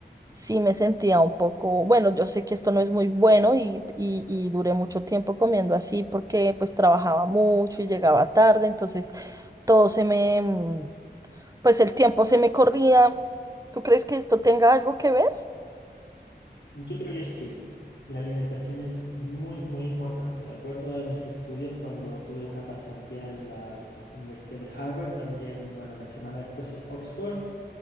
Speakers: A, on the right (about 20°); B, on the left (about 85°).
A: sí me sentía un poco, bueno, yo sé que esto no es muy bueno y, y, y duré mucho tiempo comiendo así porque pues trabajaba mucho y llegaba tarde, entonces todo se me, mm, pues el tiempo se me corría. ¿Tú crees que esto tenga algo que ver?
B: Yo creo que sí. La alimentación es muy, muy importante. De acuerdo a mis estudios, cuando tuve una pasantía en la Universidad de Harvard, también, bueno, la semana después en Oxford,